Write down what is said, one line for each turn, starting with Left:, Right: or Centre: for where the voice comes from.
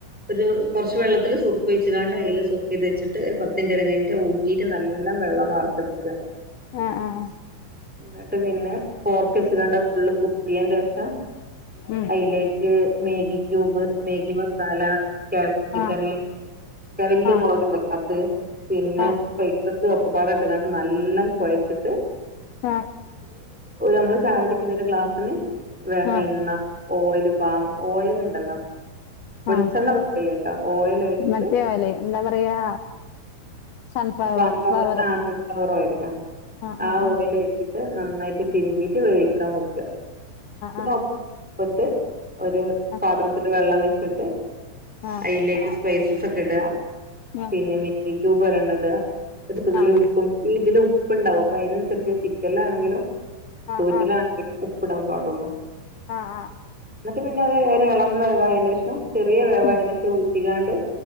Centre: ഒരു കുറച്ച് വെള്ളത്തിൽ സുർക്ക ഒഴിച്ച് കാണ്ട് അതിൽ സുക്ക് ചെയ്ത് വെച്ചിട്ട് ഒരു പത്തിൻ്റ്റ് ഇറങ്ങിട്ട് ഊറ്റി നല്ല വെള്ളം വർത്തെടുക്കുക
Left: ആഹ് ആഹ് ആഹ് ആഹ്
Centre: എന്നിട്ട് പിന്നെ പോർക്ക്ച്ച്കാണ്ട് ഫുള്ള് കുത്തിയ ൻ്റെ ശേഷം
Left: ഉം
Centre: അതിലേക്ക് മാഗി ക്യൂബ് മഗി മസാല ക്യാപ്സിക്കന്
Left: ആഹ്
Centre: ആ വല്ല്യ
Left: ആഹ്
Centre: മുളക്ണ്ടല്ലോ അത് പിന്നെ
Left: ആഹ്
Centre: സ്പൈസസ് ഒക്കെപ്പാടം ഇട്ട് ട്ട് നല്ലോം കുഴച്ചിട്ട്
Left: ആഹ്
Centre: ഒരു നമ്മള് ചായ കുടിക്കുന്ന ഒരു ക്ലാസ്സിന് വ
Left: ആഹ്
Centre: എണ്ണ ഓയിൽ പാമ്പ ഓയിൽ ഉണ്ടല്ലോ വെളിച്ചെണ്ണ
Left: ആഹ്
Centre: പറ്റില്ലേട്ടാ ഓയിൽ ഒഴിച്ചിട്ട്
Left: മറ്റേ ഓയില് എന്താ പറയാ സൺഫ്ലവർ
Centre: മ്മ
Left: ഫ്ലവർ
Centre: ഓ സൺഫ്ലവർ ഓയിൽ ആ
Left: ആഹ്
Centre: ആ
Left: ആഹ് ആഹ്
Centre: ഓയിൽ ഒഴിച്ചിട്ട് നന്നായിട്ട് തിരുമ്പീട്ട് വേവിക്കാൻ വെക്ക പിന്നെപ്പത്ത്
Left: ആഹ്
Centre: ഒരു
Left: ആഹ്
Centre: പാത്രത്തില് വെള്ളം വെച്ചിട്ട്
Left: ആഹ്
Centre: അതിലേക്ക് സ്പൈസസ് ഒക്കെ ഇടുക
Left: ആഹ്
Centre: പിന്നെ മെഗി ക്യൂബ് ഒരെണ്ണം ഇടുക ഒരു തുള്ളി
Left: ആഹ്
Centre: ഉപ്പും ഇതിൽ ഉപ്പ് ഉണ്ടാവും അപ്പൊ അതിനനുസരിച്ച് ചിക്കനിലാണെങ്കിലും
Left: ആഹ്
Centre: ചോറ്റിലാണെങ്കിലും ഉപ്പിടാൻ പാടുള്ളൂ
Left: ആഹ് ആഹ്
Centre: എന്നിട്ട് പിന്നെ അത് ഇളം വേവായതിന്റെ ശേഷം ചെറിയ വേവായന്റെ
Left: ഉം
Centre: ശേഷം ഊറ്റികാണ്ട്